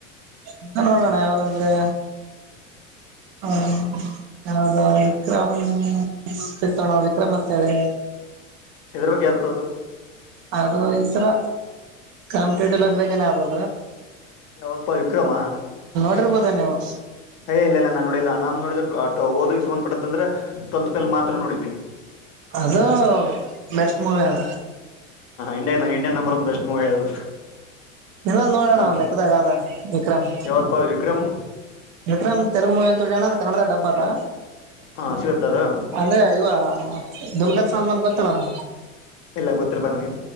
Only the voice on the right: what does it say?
ಎಂತ ನೋಡೋಣ ಯಾವ್ದಂದ್ರೆ ಹ ಯಾವದ ವಿಕ್ರಮ್ ತಿತ್ತೋಣ ವಿಕ್ರಮ್ ಅಂತೇಳಿ.
ಅದು ಈ ತರ ಕಾಂಪಿಟೇಟಿವ್ ಲೈಫ್ ಬಗ್ ಏನದು.
ಅಬಧನ್ಯವಾದ
ಅದು ಬೆೆಸ್ಟ್ ಮೂವಿಯಾನ
ಇದೊಂದ್ ನೋಡೋಣ
ಒಂದ್ ಲೆಕ್ಕದಾಗ ಅದ ವಿಕ್ರಮ್
ವಿಕ್ರಮ್ ತೆಲುಗು ಮೂವಿ ಅಂತಿ ಅಣ ಅದ ಕನ್ನಡ ಡಬ್ಬ ಅ
ಅಂದ್ರೆ ಇವ ಬಲ್ಕಲ್ ಗೊತ್ತಲ್ಲ ನ